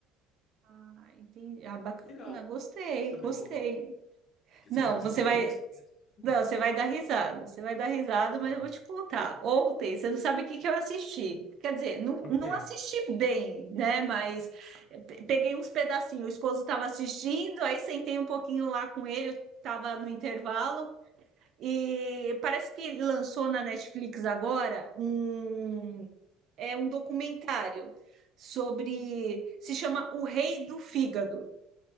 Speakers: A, on the right; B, on the left.
A: Ah, entendi. Ah, bacana,
B: Legal. Deixa
A: gostei,
B: eu
A: gostei.
B: ver um outro. Você,
A: Não,
B: quer- você
A: você
B: tem algum
A: vai,
B: que você tenha assistido?
A: não, você vai dar risada. Você vai dar risada, mas
B: Ah.
A: eu vou te contar. Ontem, você não sabe o que que eu assisti. Quer dizer, não,
B: O
A: não
B: quê?
A: assisti bem, né? Mas pe- peguei uns pedacinhos. O esposo estava assistindo, aí sentei um pouquinho lá com ele, estava no intervalo. E parece que lançou na Netflix agora um é um documentário sobre. Se chama O Rei do Fígado.